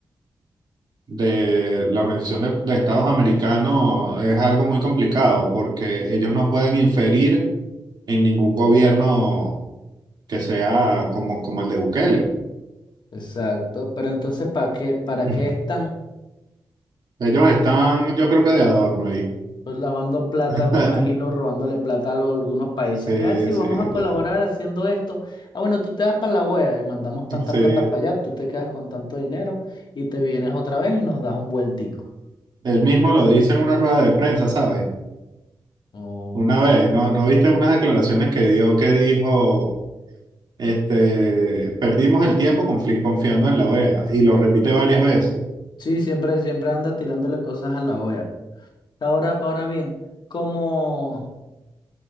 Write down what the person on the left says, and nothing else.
Exacto, pero entonces, ¿para qué, para
qué están?
Pues lavando plata,
me imagino, robándole plata a lo- algunos países
que, ay, sí,
vamos a colaborar
haciendo esto. Ah, bueno, tú te vas para la OEA y mandamos tanta
plata para allá, tú te quedas con tanto dinero y te vienes otra vez y nos das un vueltico.
Ok.
Sí, siempre, siempre anda tirándole cosas a la OEA. Ahora, ahora bien, como...